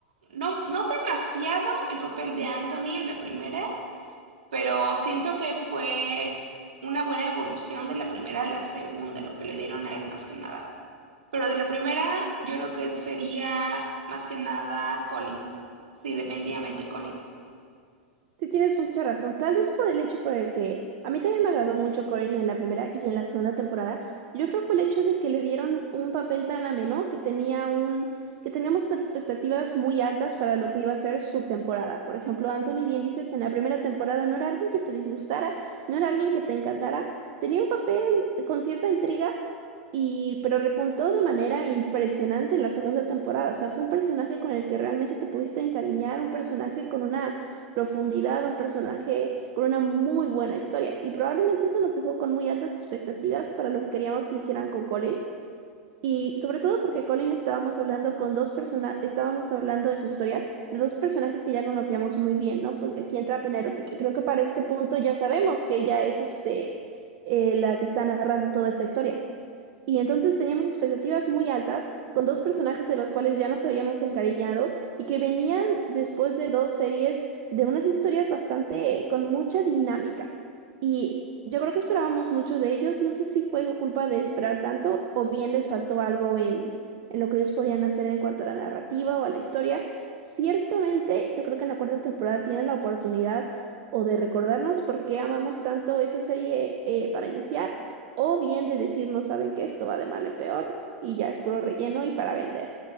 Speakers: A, on the right (about 65°); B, on the right (about 50°).
A: no, no demasiado el papel de Anthony en la primera, pero siento que fue una buena evolución de la primera a la segunda, lo que le dieron a él más que nada. Pero de la primera, yo creo que sería más que nada Colin. Sí, definitivamente Colin.
B: Sí, tienes mucha razón. Tal vez por el hecho por el que a mí también me agradó mucho Corin en la primera y en la segunda temporada. Yo creo que fue el hecho de que le dieron un papel tan ameno que tenía un, que teníamos expectativas muy altas para lo que iba a ser su temporada. Por ejemplo, Anthony, bien dices, en la primera temporada no era alguien que te disgustara, no era alguien que te encantara. Tenía un papel con cierta intriga. Y, pero repuntó de manera impresionante en la segunda temporada. O sea, fue un personaje con el que realmente te pudiste encariñar, un personaje con una profundidad, un personaje con una muy buena historia. Y probablemente eso nos dejó con muy altas expectativas para lo que queríamos que hicieran con Colin. Y sobre todo porque Colin estábamos hablando con dos personas, estábamos hablando en su historia de dos personajes que ya conocíamos muy bien, ¿no? Porque aquí entra Penélope, que creo que para este punto ya sabemos que ella es este, eh, la que está narrando toda esta historia. Y entonces teníamos expectativas muy altas con dos personajes de los cuales ya nos habíamos encariñado y que venían después de dos series de unas historias bastante con mucha dinámica. Y yo creo que esperábamos mucho de ellos. No sé si fue culpa de esperar tanto o bien les faltó algo en, en lo que ellos podían hacer en cuanto a la narrativa o a la historia. Ciertamente, yo creo que en la cuarta temporada tienen la oportunidad o de recordarnos por qué amamos tanto esa serie eh, para iniciar o bien de decir, no saben que esto va de mal en peor y ya es puro relleno y para vender.